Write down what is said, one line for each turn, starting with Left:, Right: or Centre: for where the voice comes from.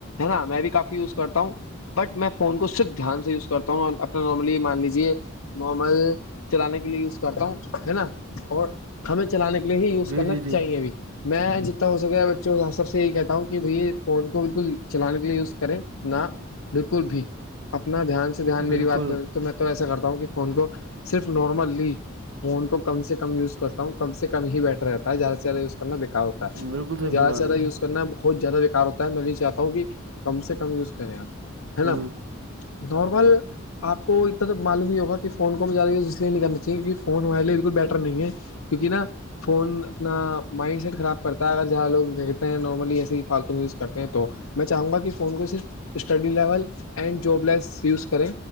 Left: نا میں بھی کافی یوز کرتا ہوں بٹ میں فون کو صرف دھیان سے یوز کرتا ہوں اور اپنا نارملی مان لیجیے نارمل چلانے کے لیے یوز کرتا ہوں ہے نا اور ہمیں چلانے کے لیے ہی یوز
Right: جی
Left: کرنا
Right: جی جی
Left: چاہیے بھی میں جتنا ہو سکے بچوں سب سے یہی کہتے کہ بھائی یہ فون کو بالکل چلانے کے لیے یوز کریں نہ بالکل بھی اپنا دھیان سے دھیان
Right: بالکل
Left: میری بات کر تو میں تو ایسا کرتا ہوں کہ فون کو صرف نارملی میںون کو کم سے کم وز کرتا ہوں کم سےم ہی بیٹر رہتا ہے زیادہ سے زیادہ یوز کرنا بیکار ہو
Right: بالکل صحیح
Left: زیادہ
Right: فرما
Left: سے زیادہ
Right: رہے ہیں
Left: یوز
Right: آپ
Left: کرنا بہت زیادہ بیکار ہوتا ہے میں بھی چاہتا ہوں کہ کم سے کم یوز کریں آپ ہے نا
Right: ہوں
Left: دورمل آپ کو اتنا توب معلوم ہی ہوگا کہ فون ہمیں زیادہ یز اس لیے نہیں کرنا چاہیے کیونک فون ہمارے بالکل بیٹر نہیں ہے کیونکہ نا فون اپنا مائنڈ سیٹ خراب کرتا ہے اگر جہاں لوگ کہتے ہیں نارملی ایس فالتو یوز کرتے ہیں تو میں چاہوں گا کہ فون کو صرف اسٹڈی لیول اینڈ جب لیس یوز کریں